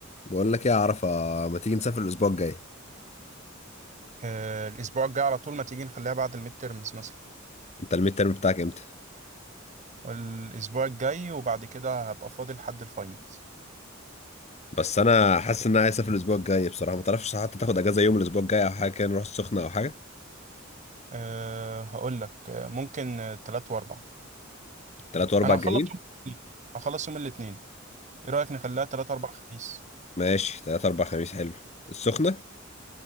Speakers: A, on the left; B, on the right.
A: بقول لك ايه يا عرفة ما تيجي نسافر الاسبوع الجاي
B: آه، الاسبوع الجاي على طول ما تيجي نخليها بعد الميد تيرمز مثلا
A: انت الميد ترم بتاعك امتى
B: الاسبوع الجاي وبعد كده هبقى فاضي لحد الفاينلز
A: بس انا حاسس ان انا عايز اسافر الاسبوع الجاي بصراحة ما تعرفش حتى تاخد اجازة يوم الاسبوع الجاي او حاجة كده نروح السخنة او حاجة
B: أه هقول لك آه، ممكن آه، تلات واربع
A: تلات واربع
B: انا
A: جايين
B: هخلص يوم الاثنين هخلص يوم الاثنين ايه رايك نخليها تلات اربع خميس
A: ماشي تلات اربع خميس حلو السخنة